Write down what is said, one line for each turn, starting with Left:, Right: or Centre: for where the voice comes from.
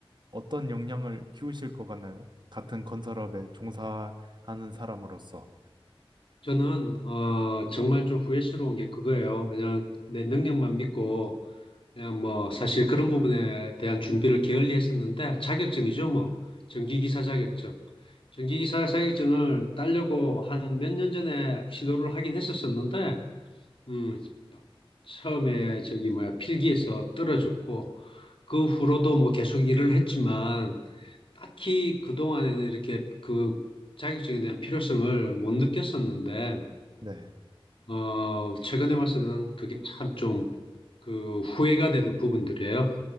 Right: 어떤 역량을 키우실 것 같나요? 같은 건설업에 종사하는 사람으로서.
Left: 저는, 어, 정말 좀 후회스러운 게 그거예요. 그냥 내 능력만 믿고, 그냥 뭐, 사실 그런 부분에 대한 준비를 게을리 했었는데, 자격증이죠, 뭐. 전기기사 자격증. 전기기사 자격증을 따려고 한 몇 년 전에 시도를 하긴 했었었는데, 음, 처음에 저기 뭐야, 필기에서 떨어졌고, 그 후로도 뭐 계속 일을 했지만, 딱히 그동안에는 이렇게 그 자격증에 대한 필요성을 못 느꼈었는데,
Right: 네.
Left: 어, 최근에 와서는 그게 참 좀 그 후회가 되는 부분들이에요.